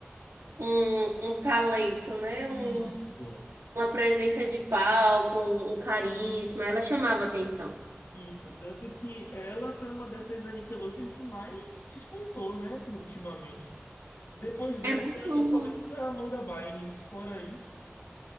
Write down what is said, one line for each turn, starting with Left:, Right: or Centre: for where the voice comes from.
Right: Um, um talento, né?
Left: Isso.
Right: Um uma presença de palco, um um carisma, ela chamava atenção.
Left: Isso, tanto que ela foi uma dessas da Nickelodeon que mais despontou, né, ultimamente. Depois dela,
Right: É porque, o-
Left: eu só lembro da Amanda Bynes. Fora isso,